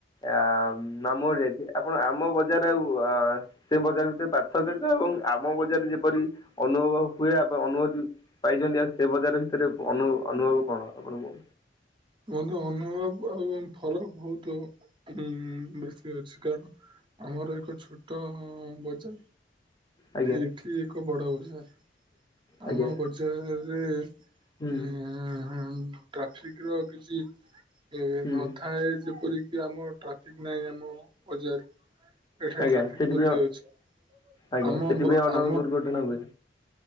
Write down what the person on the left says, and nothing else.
ଆ ମାମୁ ଘର ଯାଇଥିବ, ଆପଣ ଆମ ବଜାର ଆଉ ଅ ସେ ବଜାର ଭିତରେ ପାର୍ଥକ୍ୟତା ଏବଂ ଆମ ବଜାରରେ ଯେପରି ଅନୁଭବ ହୁଏ ଆ ଅନୁଭୂତି ପାଇଛନ୍ତି ସେ ବଜାର ଭିତରେ ଅନୁ ଅନୁଭବ କଣ ଆପଣଙ୍କୁ?
ଆଜ୍ଞା
ଆଜ୍ଞା
ହୁଁ
ହୁଁ
ଆଜ୍ଞା
ସେଥିପାଇଁ
ଆଜ୍ଞା
ସେଥିପାଇଁ
ଅନେକ
ଦୁର୍ଘଟଣା ହୁଏ